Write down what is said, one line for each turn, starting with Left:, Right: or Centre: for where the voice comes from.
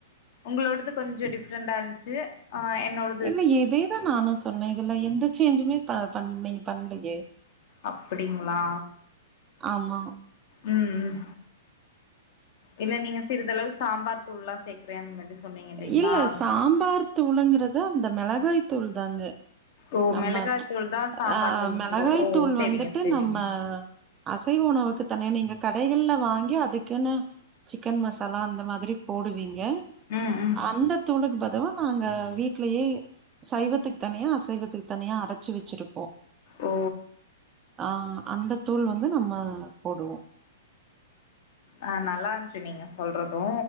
Left: உங்களோடது கொஞ்சோ டிஃப்ரெண்டாருந்துச்சு அ என்னோட
Right: இல்லயே இதேதா நானு சொன்னே இதுல எந்த சேஞ்சுமே ம் ப பண்ல நீங்க பண்லையே
Left: அப்டிங்களா
Right: ஆமா
Left: ம் ம் இல்ல நீங்க சிறிதளவு சாம்பார் தூள்ல்லா சேக்குறே அந்த மாரி சொன்னீங்க இல்லைங்ளா
Right: இல்ல சாம்பார் தூளுங்கறது அந்த மிளகாய் தூள் தாங்க
Left: ஓ
Right: நம்ம
Left: மிளகாய்த்தூள் தா சாம்பார்
Right: ஆ
Left: தூள்னு
Right: மோளகாய்
Left: சொல்றோ ஓ
Right: தூள்
Left: செரிங்க
Right: வந்துட்டு
Left: செரிங்க
Right: நம்ம அசைவ உணவுக்கு தனியா நீங்க கடைகள்ல வாங்கி அதுக்குன்னு சிக்கன் மசாலா அந்த மாதிரி போடுவீங்க
Left: ம் ம்
Right: அந்த தூளுக்கு பதிலா நாங்க வீட்லயே சைவத்துக்கு தனியா அசைவத்துக்கு தனியா அர ச்சு வச்சிருப்போ
Left: ஓ
Right: ஆ அந்த தூள் வந்து நம்ம போடுவோ
Left: அ நல்லாருன்ச்சு நீங்க சொல்றது